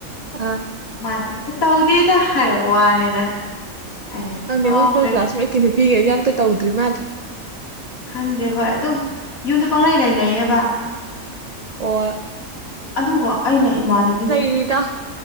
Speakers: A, on the right; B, on the left.
A: ꯑꯥ
B: ꯃꯥꯁꯨ ꯑꯦ ꯇꯧꯗꯦꯗ ꯍꯥꯏꯔꯛꯄ ꯋꯥꯅꯤꯗ ꯑꯩꯅ
A: ꯅꯪꯅꯦꯉꯣꯈꯣꯏ
B: ꯑꯣ ꯀꯩ
A: ꯀ꯭ꯂꯥꯁꯃꯦꯠꯀꯤ ꯅꯨꯄꯤꯒꯤꯒ ꯑꯦꯖꯥ ꯑꯝꯇ ꯇꯧꯗ꯭ꯔꯤ ꯃꯥꯜꯜꯂꯤ
B: ꯈꯪꯗꯦ ꯍꯣꯏ ꯑꯗꯨꯝ ꯌꯨꯝꯗ ꯄꯪꯉꯥꯏ ꯂꯩꯅꯩꯌꯦꯕ
A: ꯑꯣ
B: ꯑꯗꯨꯒ ꯑꯩꯅ ꯏꯃꯥꯟꯅꯕꯤ
A: ꯁꯤꯗ